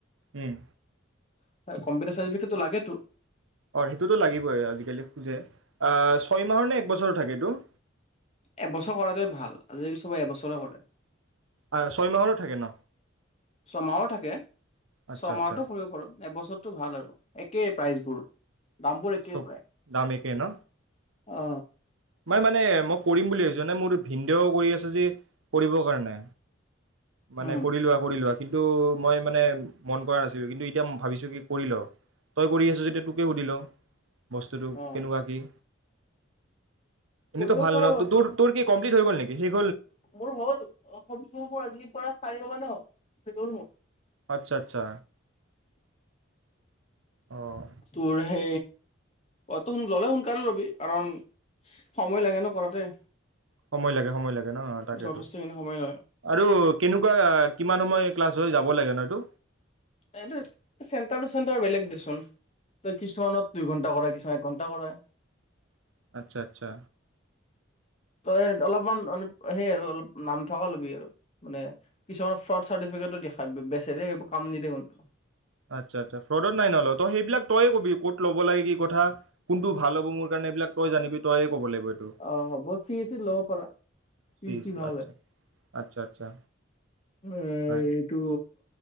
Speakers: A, on the right; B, on the left.
A: উম।
B: কম্পিউটাৰ চাৰ্টিফিকেটটো লাগেতো।
A: অ সেইটোতো লাগিবই আজিকালি খোজে, ছয় মাহৰ নে এক বছৰ থাকেটো
B: এবছৰ কৰাটোৱে ভাল আজিকালি চবে এবছৰে কৰে। <unintelligible>
A: আ- ছয় মাহৰো থাকে ন
B: ছমাহৰ থাকে
A: আচ্ছা
B: ছমাহতটো
A: আচ্ছা
B: কৰিব পাৰোঁ এবছৰটো ভাল আৰু একেই প্ৰাইজ। উম। দামবোৰ একেই
A: চব
B: প্ৰায়।
A: দাম একেই ন
B: অ
A: মই মানে মোক কৰিম বুলি ভাবিছ নে মোৰ ভিনন্দেও কৰি আছে যদি, কৰিব কাৰণে মানে
B: উম
A: কৰি লোৱা -কৰি লোৱা। কিন্তু মই মানে মন কৰা নাছিলোঁ কিন্তু এতিয়া ভাবিছোঁ কি কৰি ল তই কৰি আছো যেতিয়া তোকে সুধি লওঁ বস্তুটো
B: অ',
A: কেনেকুৱা কি? এনেইতো
B: কৰিব
A: ভাল
B: পাৰ
A: ন? তোৰ
B: ত
A: তোৰ কি কমপ্লিট হৈ গ'ল নি? <unintelligible>
B: মোৰ হ'ল অসম চোৰ পৰা আজিৰ পৰা চাৰিমাহ মানে হ'ল। হৈ গ'ল মোৰ।
A: আচ্ছা আচ্ছা। অঁ
B: তোৰহে। অ' তই ললে সোনকালে লবি কাৰণ সময় লাগে নহ কৰাতে।
A: সময় লাগে সময় লাগে নহ তাকেতো
B: যথেষ্টখিনি সময় লয়
A: আৰু কেনেকুৱা কিমান সময়। ক্লাছ হৈ যাব লাগে নহয়টো।
B: এইটো চেণ্টাৰ তু চেণ্টাৰ বেলেগ দেচোন তোৰ কিছুমানত দুই ঘন্টা কৰাই কিছুমানত এক ঘন্টা কৰাই।
A: আচ্ছা আচ্ছা।
B: তই অলপমান সেই আৰু অলপ নাম থকা ল'বি আৰু মানে কিছুমান ফ্ৰড চাৰ্টিফিকেট দেখাত বেচে দেই এইবোৰ কাম নিদেয়ে।
A: আচ্ছা আচ্ছা ফ্ৰডত নাই নলয় তই সেইবিলাক তইয়ে ক'বি ক'ত ল'ব লাগে কি কথা কোনটো ভাল হ'ব মোৰ কাৰণে এইবিলাক। তই জানিবি তয়ে ক'ব লাগিব এইটো
B: অ হ'ব চিইচিত ল'ব পাৰা চিইচি
A: চি চি
B: ভাল
A: আচ্ছা
B: হয়।
A: আচ্ছা আচ্ছা
B: আহ,
A: নাই
B: এইটো।